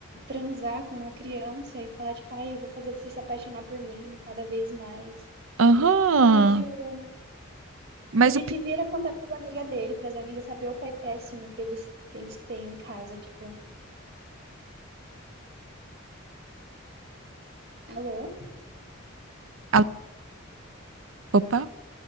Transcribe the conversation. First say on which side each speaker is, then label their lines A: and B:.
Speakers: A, on the right; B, on the right.
A: transar com uma criança e falar, tipo, ai, eu vou fazer você se apaixonar por mim cada vez mais.
B: Aham.
A: Ai, juro.
B: Mas
A: Ele
B: o. pe-
A: devia era contar para amiga dele, para as amigas saber o pai péssimo que eles, que eles têm em casa, tipo, alô?
B: Alô? Opa,